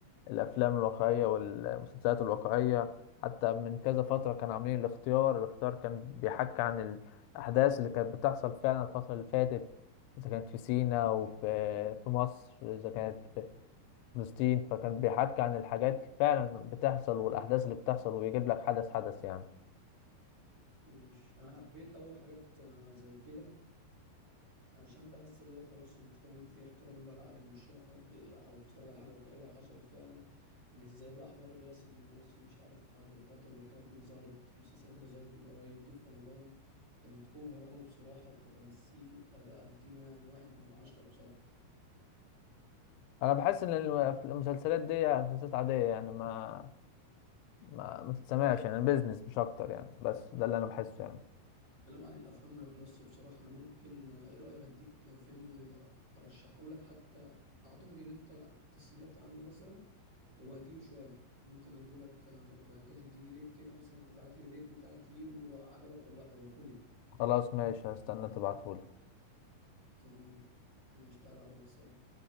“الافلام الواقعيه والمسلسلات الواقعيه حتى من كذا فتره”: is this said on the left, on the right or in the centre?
Left